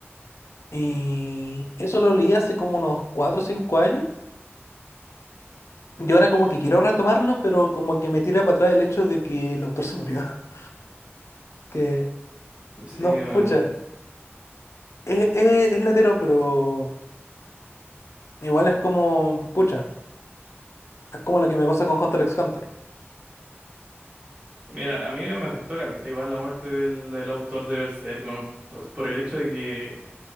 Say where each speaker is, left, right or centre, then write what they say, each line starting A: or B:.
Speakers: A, on the left; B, on the right.
A: Y eso lo leí hace como unos 4 o 5 años. Y ahora como que quiero retomarlo, pero como que me tira para atrás el hecho de que el autor se murió. <laughs> Que,
B: Sí,
A: no,
B: man.
A: pucha, es, es, es latero, pero igual es como, pucha, es como lo que me pasa con Hunter x Hunter.
B: Mira, a mí me afectó caleta igual la muerte del, del autor de Berserk, weón, pues por el hecho de que